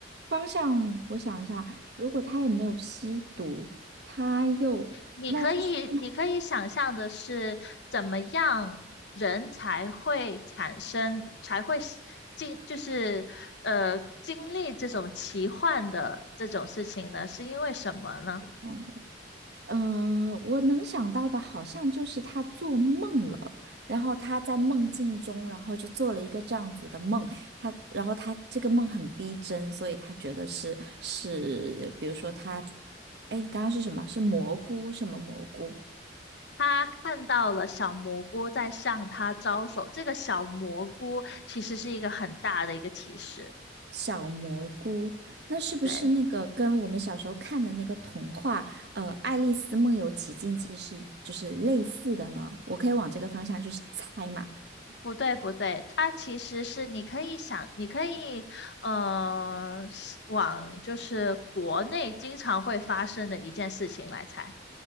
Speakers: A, on the right; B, on the left.
A: 方向，我想一下，如果他也没有吸毒，他又，
B: 你可以你可以想象的是怎么样人才会产生才会是经就是呃经历这种奇幻的这种事情呢？
A: 那就是这
B: 是因为什么呢？
A: 样的。嗯，呃我能想到的好像就是他做梦了，然后他在梦境中，然后就做了一个这样子的梦，他，然后他这个梦很逼真，所以他觉得是是，比如说他，哎，你刚刚是什么？是蘑菇，什么蘑菇？
B: 他看到了小蘑菇在向他招手，这个小蘑菇其实是一个很大的一个提示。
A: 小蘑菇，那是不是那个跟我们小时候看的那个童话，
B: 对，
A: 呃，《爱丽丝梦游奇境记》是就是类似的呢？我可以往这个方向去猜嘛？
B: 不对，不对，它其实是你可以想，你可以，呃，是往就是国内经常会发生的一件事情来猜。